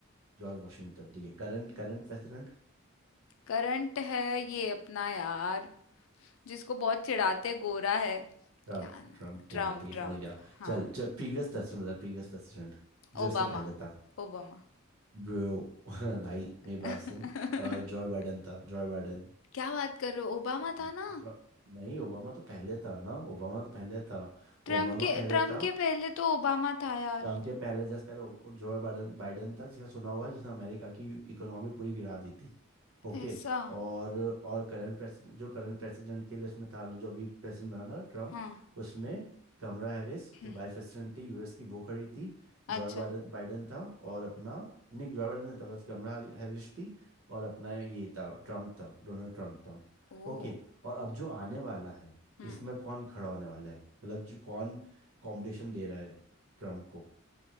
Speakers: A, on the right; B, on the left.
A: जॉर्ज वाशिंगटन ठीक है current current president
B: करंट है ये अपना यार, जिसको बहुत चिढ़ाते गोरा है।
A: Trump
B: क्या ना-
A: Trump ठीक
B: Trump
A: है ठीक है
B: Trump
A: समझ गया
B: हाँ
A: चल जो प्रीवियस प्रेसिडेंट मतलब प्रीवियस प्रेसिडेंट जो
B: Obama
A: इससे पहले था
B: Obama
A: ब्रो <laughs> भाई मेरी
B: <laughs>
A: बात सुन जॉय बाइडन था जॉय बाइडन
B: क्या बात कर रहे हो ओबामा था
A: जो-
B: ना
A: नहीं ओबामा तो पहले था ना ओबामा तो पहले था
B: ट्रम्प
A: ओबामा
B: के
A: पहले
B: ट्रम्प
A: था
B: के पहले तो ओबामा था यार
A: ट्रम्प के पहले जस्ट पहले वो- जो है बाइडन बाइडन था जिसका सुना हुआ है जिसने अमेरिका की इकोनॉमी पूरी गिरा दी थी ओके
B: ऐसा
A: और और करंट प्रेसिडेंट जो करंट प्रेसिडेंट के लिस्ट में था जो अभी प्रेसिडेंट बना था ट्रम्प
B: हाँ
A: उसमें कमला हैरिस
B: हम्म,
A: जो वाइस प्रेसिडेंट थी यूएस की वो खड़ी थी जॉय
B: अच्छा
A: बाइडन बाइडन था और अपना नहीं जॉय बाइडन नहीं था बस कमला हैरिस थी और अपना ये था ट्रम्प था डोनाल्ड ट्रम्प था
B: ओ
A: ओके और अब जो आने वाला है
B: हम्म
A: इसमें कौन खड़ा होने वाला है मतलब जो कौन कॉम्पिटिशन दे रहा है ट्रम्प को